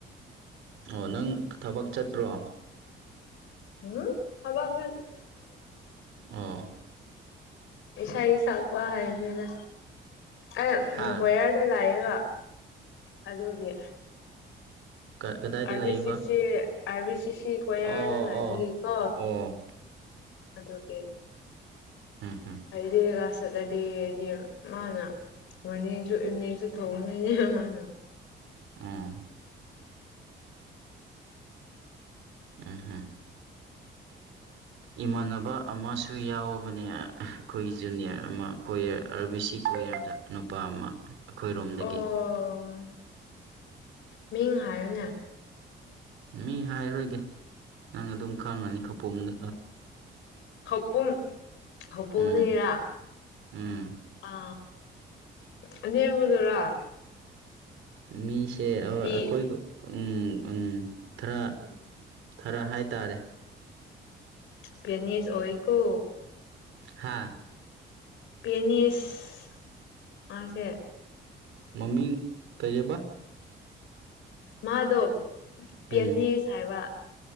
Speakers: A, on the right; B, on the left.
A: ꯑꯣ ꯅꯪ ꯊꯕꯛ ꯆꯠꯄ꯭ꯔꯣ꯫
B: ꯎꯝ ꯍꯕ ꯃꯤ
A: ꯑꯣ
B: ꯏꯁꯥ ꯁꯛꯄ ꯍꯥꯏꯕꯅꯤꯗ ꯑ
A: ꯍꯥ
B: ꯀꯌꯥ ꯑꯗ ꯂꯥꯛꯕ ꯑꯗꯨꯒꯤ
A: ꯀꯗꯥꯏꯗ
B: ꯑꯔꯕꯤ
A: ꯂꯩꯕ
B: ꯁꯤꯁꯤ ꯑꯔꯕꯤ ꯁꯤꯁꯤ ꯁꯤ ꯀ꯭ꯌꯥꯔꯗ
A: ꯑꯣ
B: ꯂꯥꯏꯕꯒꯤꯀꯣ
A: ꯑꯣ ꯑꯣ
B: ꯑꯗꯨꯒꯤ
A: ꯑꯥ ꯍꯥꯥ
B: ꯑꯩꯩꯗꯤꯒꯥꯁꯗ ꯗꯦꯗꯤ ꯃꯥꯉ ꯃꯅꯤꯁꯨꯅꯤꯁꯨ ꯊꯧꯅ
A: ꯑꯥ ꯑꯍꯥ ꯏꯃꯥꯟꯅꯕ ꯑꯃꯁꯨ ꯌꯥꯎꯕꯅꯦ ꯑꯩꯈꯣꯏ ꯖꯨꯅꯤꯌꯔ ꯑꯃ ꯀꯣꯌꯔ ꯑꯥꯔꯕꯤ ꯁꯤ ꯀꯣꯣꯌꯔꯗ ꯅꯨꯄꯥ ꯑꯃ ꯑꯩꯈꯣꯏꯔꯣꯝꯗꯒꯤ
B: ꯑꯣ ꯃꯤꯡ ꯍꯥꯏꯌꯣꯅꯦ
A: ꯃꯤ ꯍꯥꯏꯔꯣꯏꯒꯦ ꯅꯪ ꯑꯗꯨꯝ ꯈꯪꯉꯅꯤ ꯈꯄꯣꯝꯗ
B: ꯍꯧꯄꯨꯝ ꯍꯧꯄꯨꯝꯅꯤꯔ
A: ꯎꯝ ꯎꯝ
B: ꯑ ꯎꯝꯦ ꯑꯃꯗꯨꯔꯥ
A: ꯃꯤꯁꯦ ꯑꯩꯈꯣꯏ
B: ꯄꯤ
A: ꯎꯝ ꯎꯝ ꯈꯔ ꯈꯔ ꯍꯥꯏꯇꯥꯔꯦ
B: ꯄꯅꯤꯁ ꯑꯣꯏꯀꯣ
A: ꯍꯥꯥ
B: ꯄꯦꯅꯤꯁ ꯃꯥꯁꯦ
A: ꯃꯃꯤꯡ ꯀꯩꯔꯕ
B: ꯃꯥꯗꯣ
A: ꯎꯝ
B: ꯄꯦꯅꯦꯁ ꯍꯥꯏꯕ ꯎ